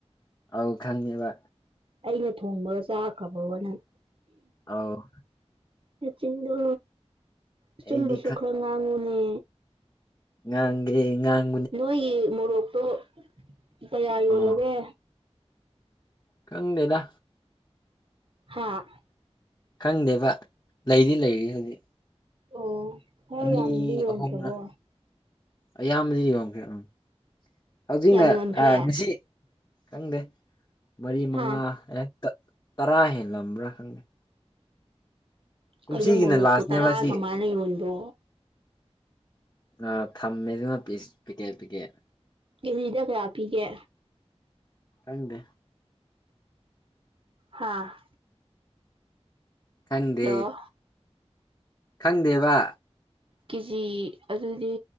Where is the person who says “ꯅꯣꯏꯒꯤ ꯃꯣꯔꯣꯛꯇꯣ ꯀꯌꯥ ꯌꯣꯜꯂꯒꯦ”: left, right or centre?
Right